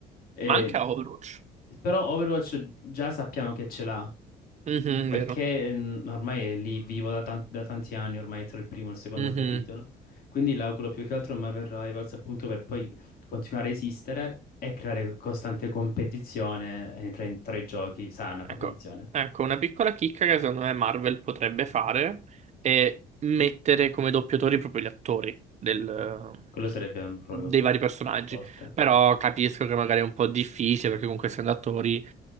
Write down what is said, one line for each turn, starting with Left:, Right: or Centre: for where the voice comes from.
Left: E-
Right: Ma anche a Overwatch.
Left: Però Overwatch già sappiamo che ce l'ha,
Right: Mhm,
Left: perché
Right: vero.
Left: mm, ormai è lì vivo da, tan- da tanti anni, ormai tra il primo e il secondo
Right: Mhm.
Left: capitolo. Quindi l'auguro più che altro a Marvel Rivals appunto per poi continuare a esistere e creare costante competizione eh, tra, i tra i giochi, sana
Right: Ecco,
Left: competizione.
Right: ecco, una piccola chicca che secondo me Marvel potrebbe fare è mettere come doppiatori proprio gli attori del-
Left: Quello sarebbe mm, proprio
Right: dei vari personaggi.
Left: forte.
Right: Però capisco che magari è un po' difficile perché comunque essendo attori